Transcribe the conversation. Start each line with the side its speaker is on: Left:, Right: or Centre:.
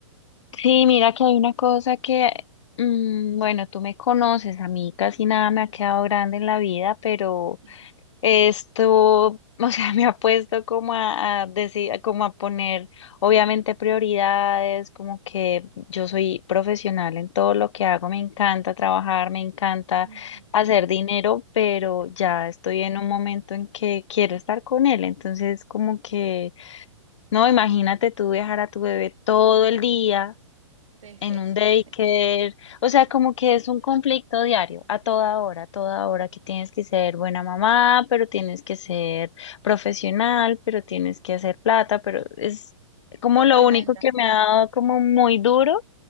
Left: Sí, mira que hay una cosa que, Mm, bueno, tú me conoces, a mí casi nada me ha quedado grande en la vida, pero
Right: Ujú.
Left: esto, o sea, <laughs> me ha puesto como a, a decir, como a poner, obviamente, prioridades, como que yo soy profesional en todo lo que hago, me encanta trabajar, me encanta
Right: Ujú.
Left: hacer dinero, pero
Right: <laughs>
Left: ya estoy en un momento en que quiero estar con él, entonces como que No, imagínate tú viajar a tu bebé todo el día
Right: Sí, sí,
Left: en un
Right: sí,
Left: daycare,
Right: sí. No,
Left: o sea, como que es un conflicto diario, a toda hora, a toda hora que tienes que ser buena mamá, pero tienes que ser profesional, pero tienes que hacer plata, pero es como
Right: totalmente.
Left: lo único que me ha dado como muy duro,